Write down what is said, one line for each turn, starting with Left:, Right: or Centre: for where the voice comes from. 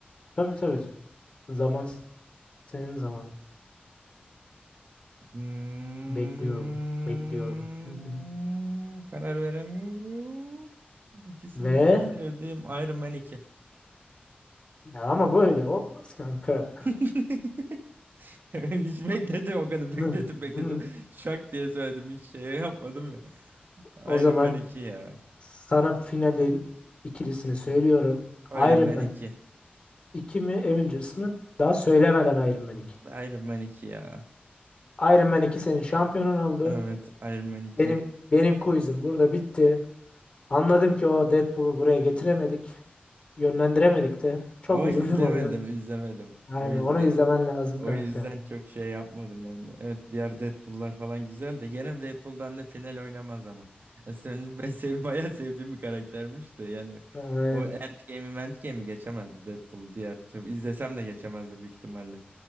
Left: Tabii tabii. Zaman senin zamanın.
Right: Hmm,
Left: Bekliyorum. Bekliyorum. <laughs>
Right: karar veremiyorum. İkisi
Left: Ve
Right: de çok sevdiğim Iron Man iki.
Left: ya ama böyle olmaz kanka.
Right: <laughs> <laughs> Hiç bekledim o kadar
Left: <laughs>
Right: bekledim
Left: Hı,
Right: bekledim.
Left: hı.
Right: Şak diye söyledim hiç şey yapmadım ya. Iron
Left: O zaman
Right: Man iki ya.
Left: sana finalin ikilisini söylüyorum.
Right: Iron
Left: Iron
Right: Man
Left: Man
Right: iki,
Left: iki mi Avengers mı? Daha söylemeden Iron Man iki.
Right: Iron Man iki ya.
Left: Iron Man iki senin şampiyonun oldu.
Right: Evet Iron Man iki.
Left: Benim benim quizim burada bitti. Anladım ki o Deadpool'u buraya getiremedik. Yönlendiremedik de. Çok
Right: Ama
Left: üzüldüm
Right: izlemedim
Left: orada.
Right: izlemedim.
Left: Aynen
Right: O yüzden.
Left: onu izlemen lazım
Right: O
Left: kanka.
Right: yüzden çok şey yapmadım yani. Evet diğer Deadpool'lar falan güzel de gene Deadpool bende final oynamaz ama. E, Senin, ben sev, bayağı sevdiğim bir karaktermiş de yani.
Left: Aynen.
Right: O Endgame'i Endgame'i geçemezdi Deadpool diğer. Tabii izlesem de geçemezdi büyük ihtimalle.